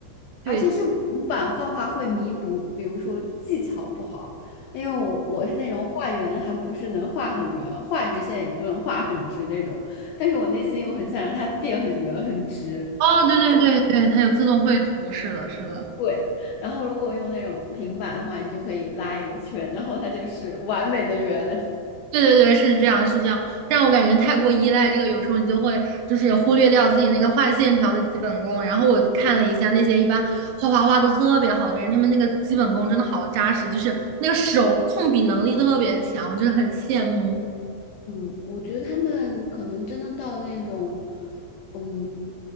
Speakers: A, on the right; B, on the left.
A: 对，
B: 而且是平板画画会弥补，比如说技巧不好，因为我我是那种画圆还不是能画很圆，画直线也不能画很直那种，但是我内心又很想让它变很圆很直。
A: 哦，对对对对，它有自动绘图，是的，是的。
B: 对，然后如果用那种平板的话，你就可以拉一个圈，然后它就是完美的圆。
A: 对对对，是这样，是这样，让我感觉太过依赖这个，有时候你就会就是忽略掉自己那个画线条的基本功。然后我看了一下那些一般画画画的特别好的人，他们那个基本功真的好扎实，就是那个手控笔能力特别强，我就是很羡慕。
B: 嗯，我觉得他们可能真的到了那种，嗯，